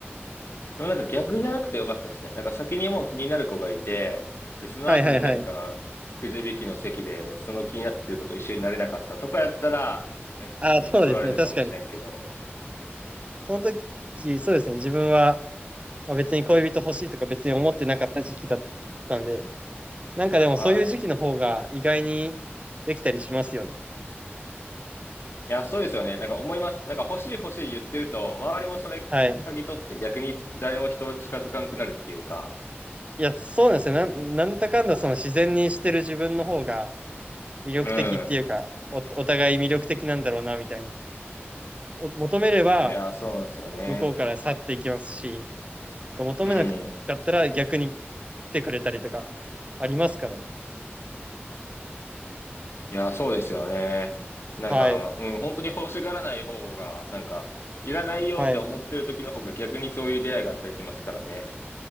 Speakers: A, on the left; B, on the right.
A: でもなんか逆じゃなくてよかったですね。なんか先にもう気になる子がいて、で、その後になんか、
B: はいはいはい。
A: くじ引きの席で、その気になってる子と一緒になれなかったとかやったら、なんかちょっと取られるかもしれんけど。
B: ああ、そうですね。確かに。その時、そうですね。自分は、まあ、別に恋人欲しいとか別に思ってなかった時期だったんで、なんかでもそういう時期の方が意外にできたりしますよね。
A: はい。いや、そうですよね。なんか思います。なんか欲しい欲しい言ってると、周りもそれ嗅ぎ取って逆に誰も人を近づかんくなるっていうか。
B: はい。いや、そうなんですよ。なん、なんだかんだその自然にしてる自分の方が魅力的っていうか、
A: うん。
B: お、お互い魅力的なんだろうな、みたいな。お、求めれば
A: いや、そうなんですよね。
B: 向こうから去っていきますし、求めなかったら逆に来
A: うん。
B: てくれたりとかありますからね。
A: いや、そうですよね。なんか、
B: はい。
A: うん、本当に欲しがらない方が、なんか、いらないよって思ってる時の方が逆にそういう出会いがあったりしますからね。
B: はい。